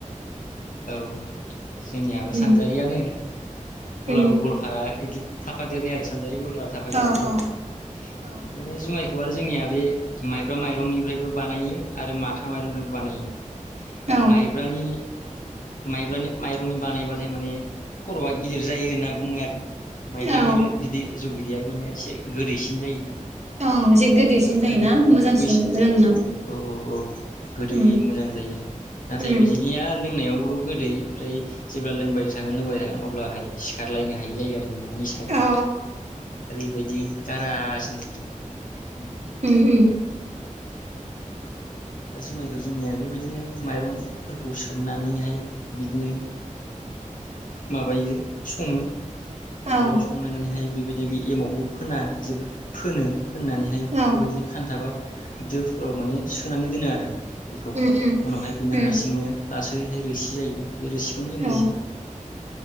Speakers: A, on the left; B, on the right.
A: औ जोंनियाबो
B: उम
A: सानजारियानो अब्लाबो
B: उम
A: गलफारा इदि थाफा देरनाय आरो सानजारि गलफा थाफैदेरनाय
B: औ
A: जायो
B: औ
A: आमफाय
B: औ
A: दा जुमाय खौ आरो जोंनिया बे माइब्रा माइरंनिफ्रायबो बानायो आरो माथा माइरंनिफ्रायबो बानायो
B: औ
A: माइब्रानि माइब्रानि माइरंनि बानायबाथाय माने खर'आ गिदिर जायो होनना बुङो आरो माइब्रानि
B: औ
A: बिदि जौ बिद बियाबो माने एसे गोदैसिन जायो।
B: औ एसे गोदैसिन जायोना
A: दा बेखौ
B: मोजांसिन
A: बैस
B: लोंनो
A: औ औ औ गोदै
B: उम
A: मोजां जायो नाथाय
B: उम
A: बिनिया लोंनायावल' गोदै ओमफ्राय जेब्ला लोंबाय थागोन लोंबाय थागोन अब्लाहाय सिखारलायनो हायि जायो आरो बिना नि साया
B: अ
A: ओरैबायदि गारास जायो। दा
B: उम उम
A: दा जुमायखौ जोंनिया बेबायदिनो माइरंफोरखौ सोमनानैहाय बिदिनो माबायो सङो
B: औ
A: अराव संनो नोंहाय बेबायदिनो बे एमावखौ फोना जेब्ला फोनो फोननानैहाय
B: औ
A: बेबायदिनो खानथाबा दोफोराव माने सोनानै दोनो आरो बेखौ
B: उम उम
A: उनावहाय बेनो
B: उम
A: हारसिंनो लासै यैहाय रोसि जायो बे रोसिखौनो जों
B: औ
A: लोङो।